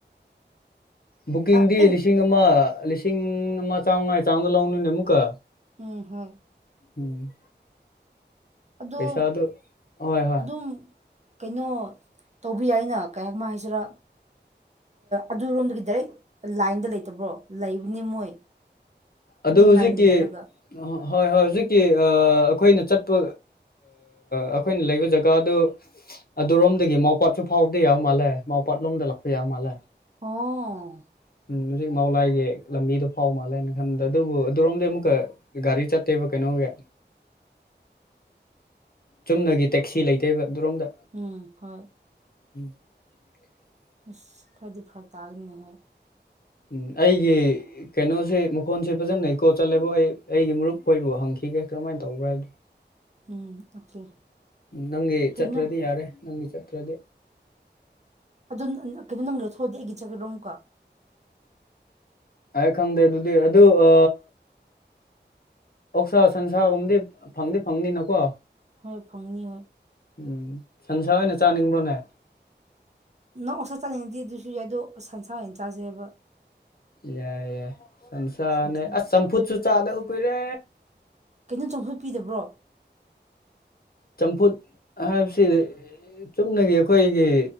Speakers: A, on the left (about 55°); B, on the right (about 40°).
A: ꯕꯨꯛꯀꯤꯡꯗꯤ
B: ꯑ, ꯑꯩ
A: ꯂꯤꯁꯤꯡ ꯑꯃ ꯂꯤꯁꯤꯡ ꯑꯃ ꯆꯥꯝꯃꯉꯥꯒꯤ ꯆꯥꯡꯗ ꯂꯧꯅꯣꯏꯅꯦ ꯑꯃꯨꯛꯀ
B: ꯎꯝ ꯍꯣꯏ
A: ꯎꯝ
B: ꯑꯗꯣ
A: ꯄꯩꯁꯥꯗꯨ ꯍꯣꯏ ꯍꯣꯏ
B: ꯑꯗꯨꯝ ꯀꯩꯅꯣ ꯇꯧꯕ ꯌꯥꯏꯅ ꯀꯩꯃ ꯍꯥꯏꯁꯤꯔꯥ ꯑꯗꯨꯔꯣꯝꯗꯒꯤ ꯗꯥꯏꯔꯦꯛ ꯂꯥꯏꯟꯗ ꯂꯩꯇꯕ꯭ꯔꯣ ꯂꯩꯕꯅꯤ ꯃꯣꯏ
A: ꯑꯗꯨ
B: ꯃꯤ
A: ꯍꯧꯖꯤꯛꯀꯤ
B: ꯉꯥꯏꯃꯤꯟꯅꯔꯒ
A: ꯍꯣꯏ ꯍꯣꯏ ꯍꯧꯖꯤꯛꯀꯤ ꯑꯩꯈꯣꯏꯅ ꯆꯠꯄ ꯑꯩꯈꯣꯏꯅ ꯂꯩꯕ ꯖꯒꯥꯗꯨ ꯑꯗꯨꯔꯣꯝꯗꯒꯤ ꯃꯥꯎꯄꯥꯠꯁꯨ ꯐꯥꯎꯕꯗ ꯌꯥꯕ ꯃꯥꯜꯂꯦ ꯀꯣꯄꯥꯠꯂꯣꯗ ꯂꯥꯛꯄ ꯌꯥ ꯃꯥꯜꯂꯦ
B: ꯑꯣ
A: ꯍꯧꯖꯤꯛ ꯃꯥꯂꯥꯏꯒꯤ ꯂꯝꯕꯤꯗꯣ ꯐꯥꯎ ꯃꯥꯜꯂꯦ ꯅꯪ ꯏꯟꯗ ꯑꯗꯨꯕꯨ ꯑꯗꯨꯔꯣꯝꯗꯤ ꯑꯃꯨꯛꯀ ꯒꯥꯔꯤ ꯆꯠꯇꯦꯕ ꯀꯩꯅꯣꯒꯤ ꯆꯨꯝꯅꯒꯤ ꯇꯦꯛꯁꯤ ꯂꯩꯇꯦꯕ ꯑꯗꯨꯔꯣꯝꯗ
B: ꯎꯝ ꯍꯣꯏ
A: <inaudible>
B: ꯏꯁ ꯈꯗꯤ ꯐꯔꯛ ꯇꯥꯒꯅꯤꯍꯦ
A: ꯎꯝ ꯑꯩꯒꯤ ꯀꯩꯅꯣꯁꯦ ꯃꯈꯣꯟꯁꯦ ꯐꯖꯅ ꯏꯀꯣ ꯆꯠꯂꯦꯕ ꯑꯩ ꯑꯩꯒꯤ ꯃꯔꯨꯞ ꯈꯣꯏꯕꯨ ꯍꯪꯈꯤ ꯊꯤꯒꯦ ꯀꯃꯥꯏꯅ ꯇꯧꯕ꯭ꯔꯥ ꯍꯥꯏꯗꯣ
B: ꯎꯝ ꯑꯣꯀꯦ
A: ꯅꯪꯒꯤ
B: ꯀꯩꯅꯣ
A: ꯆꯠꯇ꯭ꯔꯗꯤ ꯌꯥꯔꯦ ꯅꯪꯒꯤ ꯆꯠꯠꯇ꯭ꯔꯗꯤ
B: ꯑꯗꯨ ꯀꯩꯅꯣ ꯅꯪꯒꯗ ꯊꯣꯛꯑꯗꯤ ꯑꯩꯒꯤ ꯆꯠꯒꯔꯣꯝꯀꯣ
A: ꯑꯩ ꯈꯪꯗꯦ ꯑꯗꯨꯗꯤ ꯑꯗꯨ ꯑ ꯑꯣꯁꯥ ꯁꯟꯁꯥꯒꯝꯗꯤ ꯐꯪꯗꯤ ꯐꯪꯅꯤꯅꯀꯣ
B: ꯍꯣꯏ ꯐꯪꯅꯤ ꯍꯣꯏ
A: ꯎꯝ ꯁꯟꯁꯥ ꯑꯣꯏꯅ ꯆꯥꯅꯤꯡꯕ꯭ꯔꯣ ꯉꯥꯏ
B: ꯅꯪ ꯑꯣꯁꯥ ꯆꯥꯅꯤꯡꯉꯗꯤ ꯑꯗꯨꯁꯨ ꯌꯥꯏ ꯑꯗꯣ ꯁꯟꯁꯥ ꯑꯣꯏꯅ ꯆꯥꯥꯁꯦꯑꯕ
A: ꯌꯥꯏ ꯌꯥꯏ ꯁꯝꯁꯥꯅꯦ
B: ꯁꯟꯁꯥ
A: ꯑꯁ ꯆꯝꯐꯨꯠꯁꯨ ꯆꯥꯗꯕ ꯀꯨꯏꯔꯦ
B: ꯀꯩꯅꯣ ꯆꯝꯐꯨꯠ ꯄꯤꯗꯕ꯭ꯔꯣ
A: ꯆꯝꯐꯨꯠ ꯍꯥꯏꯕꯁꯤ ꯆꯨꯝꯅꯒꯤ ꯑꯩꯈꯣꯏꯒꯤ